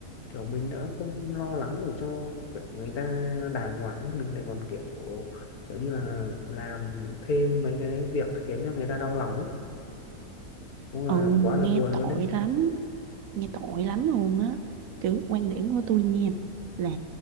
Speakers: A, on the left (about 75°); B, on the right (about 70°).
A: kiểu mình đã không lo lắng được cho kiểu người ta đàng hoàng ấy mình lại còn kiểu kiểu như là làm thêm mấy cái việc khiến cho người ta đau lòng ấy đúng là
B: ừ
A: quá
B: mà nghe
A: là buồn
B: tội
A: luôn đấy
B: lắm nghe tội lắm luôn á kiểu quan điểm của tôi nha là